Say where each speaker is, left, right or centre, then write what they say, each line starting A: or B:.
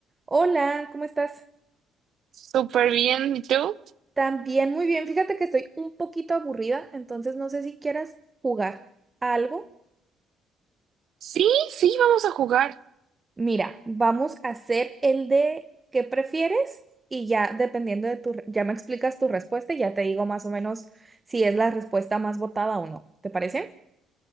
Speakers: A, on the right; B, on the right.
A: Hola, ¿cómo estás?
B: Súper bien, ¿y tú?
A: También muy bien. Fíjate que estoy un poquito aburrida, entonces no sé si quieras jugar a algo.
B: Sí, sí, vamos a jugar.
A: Mira, vamos a hacer el de qué prefieres y ya dependiendo de tu, re- ya me explicas tu respuesta y ya te digo más o menos si es la respuesta más votada o no. ¿Te parece?